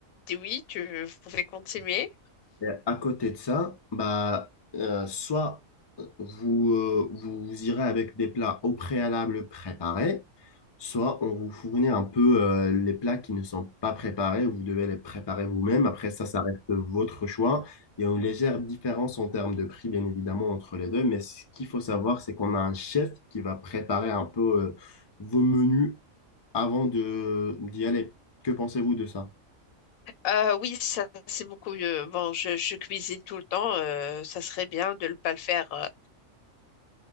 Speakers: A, on the left; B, on the left.
A: Dis Oui, tu, vous pouvez continuer.
B: Et à côté de ça, bah, euh, soit euh, vous, euh, vous irez avec des plats au préalable préparés, soit on vous fournit un peu euh, les plats qui ne sont pas préparés, vous devez les préparer vous-même. Après ça, ça reste votre choix. Il y a une légère différence en termes de prix, bien évidemment, entre les deux, mais ce qu'il faut savoir, c'est qu'on a un chef qui va préparer un peu euh, vos menus avant de, d'y aller. Que pensez-vous de ça?
A: Euh, oui, ça c'est beaucoup mieux. Bon, je, je cuisine tout le temps. euh, ça serait bien de ne pas le faire euh,